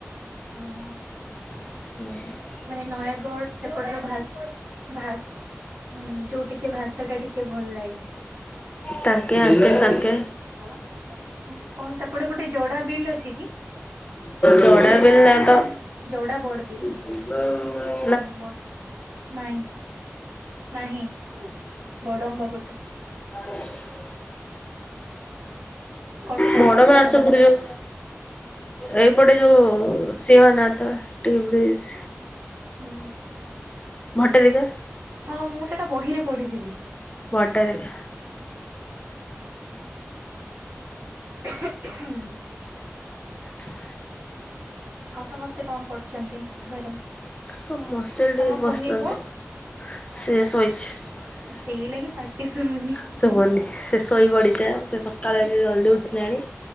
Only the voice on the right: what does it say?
ଓହୋ
ମାନେ ନୟାଗଡ଼ ସେପଟର ଭାଷ୍ ଭାଷା ଯୋଉଟିକି ଭାଷା ଟା ଟିକେ ଏ ଭଲ ଲାଗେ
କଣ
ସେପଟେ ଗୋଟେ ଯୋଡା ବିଲ୍ ଅଛି କି?
କଡ଼ା ବଡ଼ ବିଲ୍‌।
ସେ ବ ନାଇଁ ନାହିଁ ବଡମ୍ବା ପଟେ।
କଟ
କଟକ
ବଡ ମ
ହୁଁ
ହଁ ମୁଁ ସେଟା ବହିରେ ପଢିଥିଲି।
ହୁଁ ହଁ।
ଆଉ ସମସ୍ତେ କଣ କରୁଛନ୍ତି ଘରେ?
ତମ କୁନି
ପୁଅ
ସେଇ ଲାଗି ପାଟି ଶୁଭୁନି